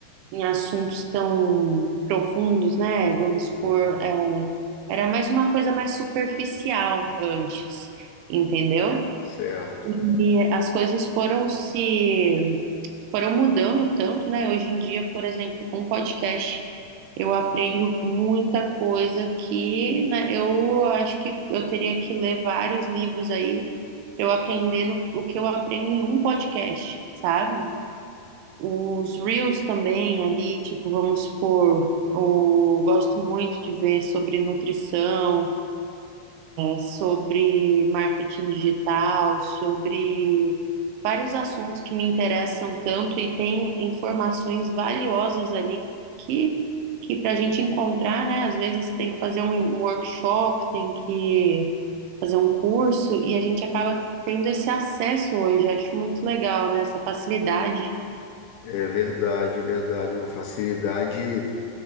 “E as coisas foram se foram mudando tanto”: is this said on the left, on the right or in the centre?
Right